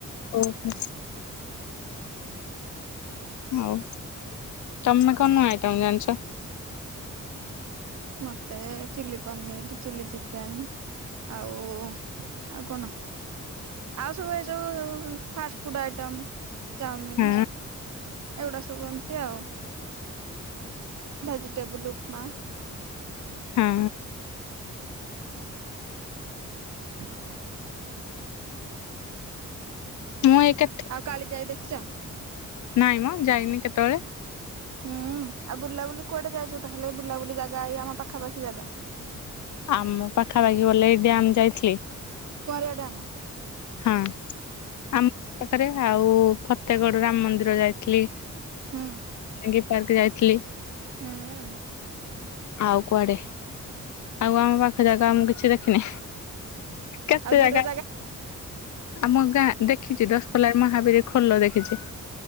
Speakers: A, on the left; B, on the right.
A: ଓହୋ। ହଉ ତମେ କଣ ନୂଆ ଆଇଟମ ଜାଣିଛ?
B: ମତେ ଚିଲିପନିର ଚିଲି ଚିକେନ ଆଉ ଆଉ କଣ ଆଉ ସବୁ ଏ ଯଉ ଫାଷ୍ଟ ଫୁଡ ଆଇଟମ୍। ଚାଉମିିନ
A: ହଁ
B: ଏଗୁଡା ସବୁ ଏମିତି ଆଉ। ଭେଜିଟେବଲ ଉପ ମା।
A: ହଁ।
B: ହ
A: ମୁଁ ଏ କେ
B: ଆଉ କାଳିଜାଇ ଦେଖିଛ?
A: ନାଇଁ ମ ଯାଇନି କେତେବେଳେ।
B: ହୁଁ ଆଉ ବୁଲାବୁଲି କୁଆଡେ ଯାଇଛ ତାହେଲେ ବୁଲାବୁଲି ଜାଗା ଏଇ ଆମ ପାଖାପାଖି ଜାଗା।
A: ଆମ ପାଖାପାଖି ବଲେ ଏଇ ଡ୍ୟାମ୍ ଯାଇଥିଲି।
B: କରୋ ଡାମା।
A: ହଁ ଆମ ପାଖରେ ଆଉ ଫତେଗଡ ରାମ ମନ୍ଦିର ଯାଇଥିଲି।
B: ହୁଁ
A: ଆଙ୍ଗେ ପାର୍କ ଯାଇଥିଲି।
B: ହୁଁ ଉଁ।
A: ଆଉ କୁଆଡେ ଆଉ ଆମ ପାଖ ଯାଗା ଆଉ ମୁଁ କିଛି ଦେଖିନି। କେତେ
B: ଆଉ
A: ଜାଗା
B: ଦୂର
A: ଆମ ଗାଁ ଦେଖିଛି ଦଶ ପଲାର ମହାବୀର ଖୋଲ ଦେଖିଛି।